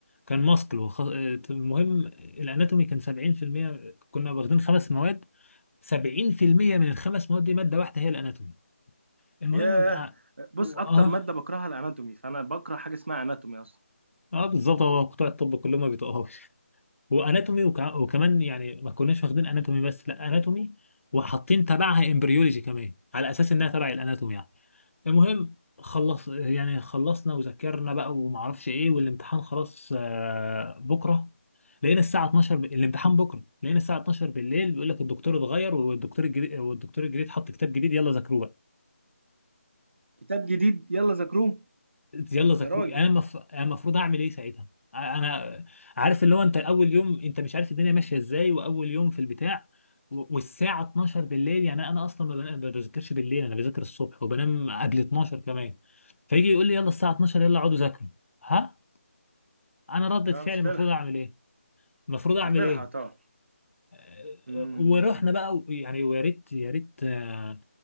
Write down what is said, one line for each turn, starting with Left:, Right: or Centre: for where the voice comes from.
Left: كان ماسكل وخ... آه، المهم الأناتومي كان 70% كنا واخدين خمس مواد 70% من الخمس مواد دي مادة واحدة هي الأناتومي المهم
Right: ياه
Left: آه
Right: بص
Left: آه,
Right: اكتر ماده بكرهها الاناتومي فانا بكره حاجه اسمها اناتومي اصلا
Left: آه بالظبط هو بتوع الطب كلهم ما بيتقهوش واناتومي وكع- وكمان يعني ما كناش واخدين اناتومي بس لا اناتومي وحاطين تبعها امبريولوجي كمان على اساس انها تبع الاناتومي يعني المهم خلص يعني خلصنا وذاكرنا بقى وما اعرفش ايه والامتحان خلاص آه، بكره لقينا الساعه 12 ب... الامتحان بكره لقينا الساعه 12 بالليل بيقول لك الدكتور اتغير والدكتور الجديد والدكتور الجديد حط كتاب جديد يلا ذاكروه
Right: كتاب جديد يلا ذاكروه
Left: يلا ذاكروا
Right: يا راجل
Left: انا مف... انا المفروض اعمل ايه ساعتها انا عارف اللي هو انت اول يوم انت مش عارف الدنيا ماشيه ازاي واول يوم في البتاع و- والساعه 12 بالليل يعني انا اصلا ما بن- ما بذاكرش بالليل انا بذاكر الصبح وبنام قبل 12 كمان فيجي يقول لي يلا الساعه 12 يلا اقعدوا ذاكروا ها انا ردة
Right: لا
Left: فعلي
Right: مش
Left: المفروض
Right: هتلحق
Left: اعمل ايه المفروض اعمل
Right: مش هتلحق
Left: ايه
Right: طبعا
Left: أه،
Right: امم
Left: ورحنا بقى و- يعني ويا ريت يا ريت آه،